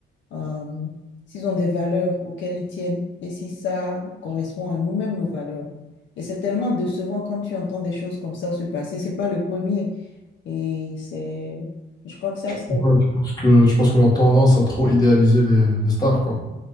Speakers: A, on the left; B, on the left.
A: euh, s'ils ont des valeurs auxquelles ils tiennent et si ça correspond à nous-mêmes, nos valeurs. Et c'est tellement décevant quand tu entends des choses comme ça se passer. C'est pas le premier. Et c'est, je crois que ça, c'est-
B: Ouais, tu penses que, je pense qu'on a tendance à trop idéaliser les, les stars, quoi.